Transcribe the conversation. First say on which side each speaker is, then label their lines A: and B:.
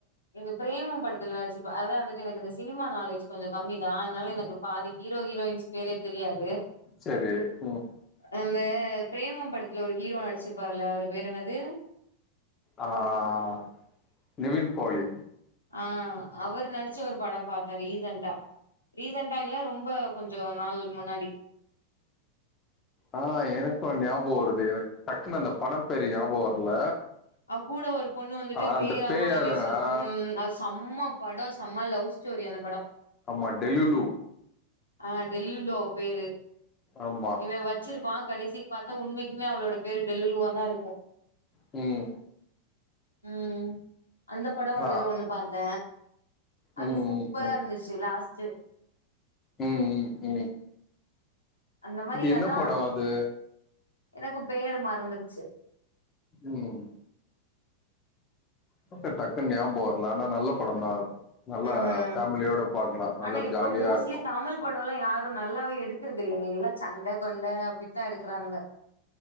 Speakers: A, on the left (about 85°); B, on the left (about 25°).
A: இந்த பிரேமம் படத்துல நடிச்சிருப்ப அதா வந்துட்டு எனக்கு இந்த சினிமா நாலேஜ் கொஞ்சோ கம்மி தா அதனால எனக்கு பாதி ஹீரோ ஹீரோயின்ஸ் பேரே தெரியாது.
B: செரி ம்.
A: அந்த பிரேமம் படத்துல ஒரு ஹீரோ நடிச்சிருப்பாருல அவரு பேரு என்னது?
B: அ அ அ நிவின் போலி.
A: அ அவரு நடிச்ச ஒரு படம் பாத்தே ரீசன்ட்டா. ரீசன்ட்டா இல்ல ரொம்போ கொஞ்சோ நாள் முன்னாடி.
B: ஆ எனக்கு ஞாபகோ வருது எனக் டக்குன்னு அந்த படம் பேரு ஞாபகோ வரல.
A: அவ் கூட ஒரு பொண்ணு வந்துட்டு
B: ஆ
A: பேயா
B: அந்த
A: மாதி சுத்
B: ஆ
A: ம் அது சம்மப் படோ செம்ம லவ் ஸ்டோரி அந்த படோ.
B: ஆம்மா டெல்லுலு.
A: ஆ டெல்லுலு அவ பேரு
B: ஆமா
A: இவ வெச்சிருப்பா கடைசி பாத்தா உண்மைக்மே அவளோட பேரு டெல்லுலுவா தா இருக்கு.
B: ம்
A: ம் அந்த படோ
B: அதா
A: வந்துட்டு ஒண்ணு பாத்த அது
B: ம்
A: சூப்பரா
B: ம்
A: இருந்துச் சி லாஸ்ட்டு
B: ம் ம் ம்
A: அந்த மாரி
B: அது என்ன
A: அதா
B: படோ அது
A: எனக்கு பேரு மறந்துருச்சு
B: ம் படோ பேர் டக்குன்னு ஞாபோ வரல ஆனா நல்ல படந்தா அது நல்லா
A: ம்
B: ஃபேமிலியோட பாக்லா நல்லா
A: ஆனா இப்ப
B: ஜாலியா
A: மோஸ்ட்லி
B: இருக்கு
A: தமிழ் படோல்லா யாரு நல்லாவே எடுக்றது இல்லங்க எல்லா சண்ட கொண்ட அப்டித்தான் எடுக்குறானுங்க